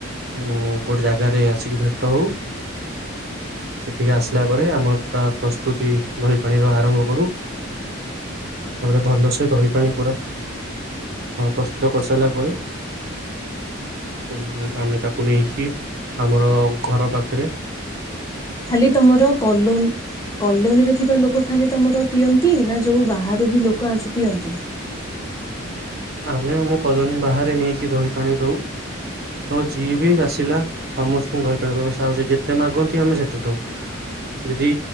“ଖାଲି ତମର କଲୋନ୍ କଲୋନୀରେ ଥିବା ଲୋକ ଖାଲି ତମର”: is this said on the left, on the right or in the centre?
Left